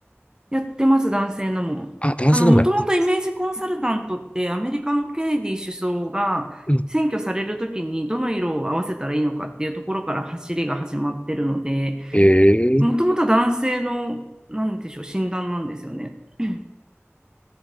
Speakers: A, on the right; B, on the left.
A: やってます、男性のも。
B: あ、男性のもやる。
A: あの、もともとイメージコンサルタントってアメリカのケネディ首相が選挙されるときにどの色を合わせたらいいのかっていうところから走りが始まってるので、
B: うん。ええ
A: もともとは男性の、なんでしょう、診断なんですよね。<clears throat>